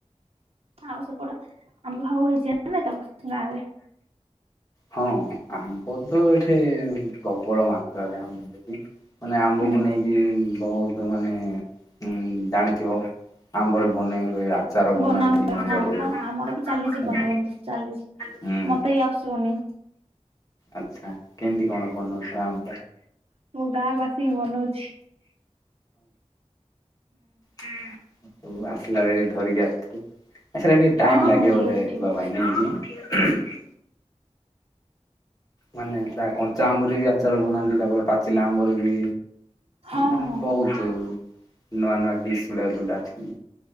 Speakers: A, on the right (about 60°); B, on the left (about 30°).
A: ଆଉ ସେପଟେ ଆମ୍ବ ଫାମ୍ୱ ହେଇଛି ନା ତମ ଗାଁରେ।
B: ହଁ ଆମ୍ବ ତ ଏଠି ପ୍ରବଳ ମାତ୍ରାରେ ଆମ୍ବ ମାନେ ଆମ୍ବକୁ
A: ହୁଁ
B: ନେଇକି ବହୁତ। ତ ମାନେ ହୁଁ ଜାନ୍। ଆମ୍ବରେ ବନେଇ ହୁଏ। ଆଚାର ବନାନ୍ତି
A: ବନା ହୁଏ
B: ଆମ୍ବରେ।
A: ହଁ ହଁ ଆମର ବି ଚାଲିଛି
B: ହେଲା
A: ବନାବନି ଚାଲିଛି
B: ହୁଁ
A: ମତେ ଏଇ ଆସ୍। <unintelligible>
B: ଆଚ୍ଛା କେମିତି କଣ ବନଉଛ ଆମ୍ବ?
A: <unintelligible> <inaudible> ବନଉଛି।
B: ହୁଁ। ହଉ ଆସିଲା ବେଳେ ଧରିକି ଆସ। ସେଟା ଟିକେ
A: ହଁ
B: ଟାଇମ ଲାଗେ
A: ହଁ ଠିକ
B: ବୋଧେ
A: ଅଛି ଠିକ
B: ହବା
A: ଅଛି
B: ପାଇଁ <inaudible> <inaudible> ମାନେ ସେ କଞ୍ଚା ଆମ୍ବୁର ବି ଆଚାର ବନାନ୍ତି ତାପରେ ପାଚିଲା ଆମ୍ବରି ବି।
A: ହଁ
B: ମାନେ
A: ହଁ
B: ବହୁତୁ।
A: ହଁ
B: ନୂଆ ନୂଆ ଡିସ ଗୁଡା ଯୋଉତା ଅଛି।